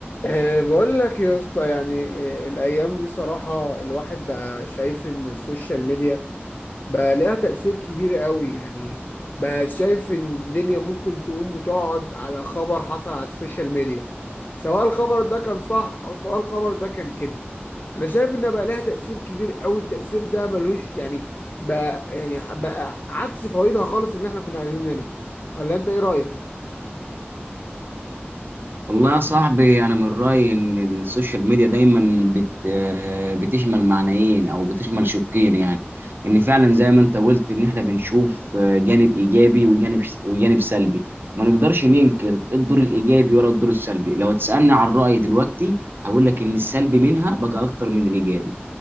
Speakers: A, on the left (about 45°); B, on the right (about 55°).
A: أه بقول لك يا اسطى يعني أه الايام دي صراحه الواحد بقى شايف ان السوشيال ميديا بقى ليها تاثير كبير قوي يعني بقى شايف ان الدنيا ممكن تقوم وتقعد على خبر حصل على السوشيال ميديا سواء الخبر ده كان صح او سواء الخبر ده كان كده انا شايف ان بقى ليها تاثير كبير قوي التاثير ده ملهوش يعني بقى يعني بقى عكس فوائدها خالص اللي احنا كنا عايزين منها ولا انت ايه رايك
B: والله يا صاحبي انا من رايي ان السوشيال ميديا دايما بت آه، بتشمل معنيين او بتشمل شقين يعني ان فعلا زي ما انت قلت ان احنا بنشوف آه، جانب ايجابي وجانب وجانب سلبي ما نقدرش ننكر الدور الايجابي ولا الدور السلبي لو تسالني عن رايي دلوقتي هقول لك ان السلبي منها بقى اكتر من الايجابي